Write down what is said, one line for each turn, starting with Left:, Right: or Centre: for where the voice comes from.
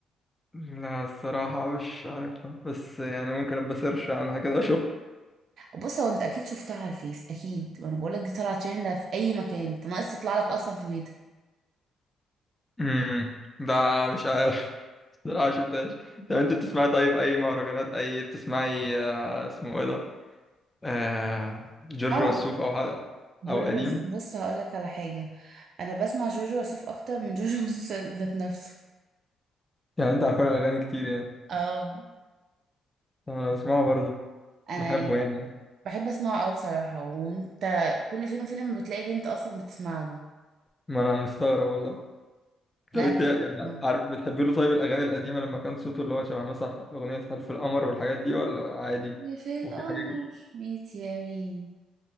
Left: لا الصراحة مش عارفها بس يعني ممكن أبقى سيرش عنها كده أشوف
Right: بص هو انت اكيد شفتها على الفيس اكيد وانا بقولك دي طلعت ترند في اي مكان انت ناقص تطلع لك اصلا في بيتك
Left: امم ده مش عارف الصراحة شفتهاش طب أنت بتسمعي طيب أي مهرجانات أي بتسمعي آه، اسمه إيه ده؟ آه جورج
Right: اه
Left: وسوف
Right: بقى
Left: أو حاجة
Right: جورج
Left: أو قديم
Right: وس- بص هقولك على حاجة انا بسمع جورج وسوف اكتر من جورج وسوف ذات نفسه
Left: يعني أنت عارفة أغاني كتير يعني
Right: اه
Left: طب أنا بسمعه برضه
Right: انا
Left: بحبه
Right: يعني
Left: يعني
Right: بحب اسمعه قوي بصراحة وانت كل فين وفين لما بتلاقي بنت اصلا بتسمع له
Left: ما أنا مستغرب والله
Right: لا
Left: طب انت
Right: أنا
Left: يعني
Right: بحب اسمعه.
Left: عارف بتحب له طيب الاغاني القديمه لما كان صوته اللي هو شبه مثلا اغنيه حلف القمر والحاجات دي ولا عادي
Right: في القمر
Left: وفي حاجه جديده
Right: ميت يمين